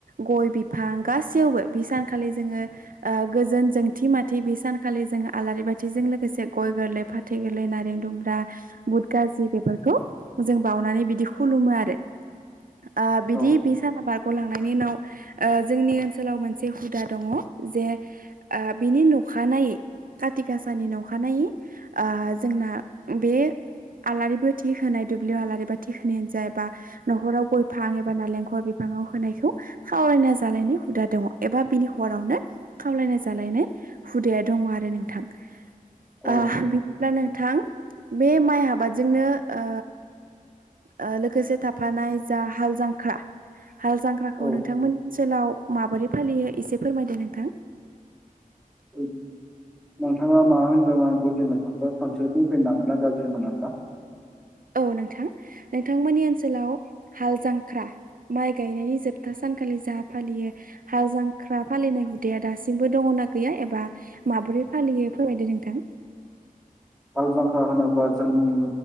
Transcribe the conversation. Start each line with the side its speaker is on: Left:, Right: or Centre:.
Right: गय बि फां गासैयावबो बि सानखालि जोङो ओ गोजोन जोंथि माथि बि सानखालि जोंङो आलारि बाथिजों लोगोसे गय गोरलै फाथै गोरलै नारें दुमब्रा बुद गाजि बेफोरखौ जों बाउनानै बिदि खुलुमो आरो ओ बिदि
Centre: औ
Right: बि साना बारग'लांनायनि उनाव ओ जोंनि ओनसोलाव मोनसे हुदा दङ। जे ओ बिनि न'खानायै काथि गाासानि नखानायै ओ जोंना <unintelligible> बे आलारि बाथि होनाय दुब्लियाव आलारि बाथि होनायानो जायाबा न'खराव गयफां एबा नालेंखर बिफाङाव होनायखौ खावरायना जालायनाय हुदा दङ एबा बिनि हरावनो। खावलायना जालायनाय हुदाया दङ आरो नोंथां।
Centre: औ
Right: ओ बिदिब्ला नोंथां बे माइ आबादजोंनो ओ ओ लोगोसे थाफानाय जा हाल जांख्रा। हाल जांख्राखौ
Centre: औ
Right: नोंथांमोननि ओनसोलाव माबोरै फालियो एसे फोरमायदो नों थां
Centre: <unintelligible> नोंथाङा मा होनदों आं बुजि मोनाखौ खनसे बुंफिननो हागोनना गाज्रि मोनाबा?
Right: औ नोंथां नोंथांमोननि ओनसोलाव हाल जांख्रा माइ गायनायनि जोबथा सानखालि जा फालियो हाल जांख्रा फालिनाय हुदाया दासिमबो दङना गैया एबा माबोरै फालियो फोरमायदो नोंथां।
Centre: हाल जांख्रा होनोबा जोंनि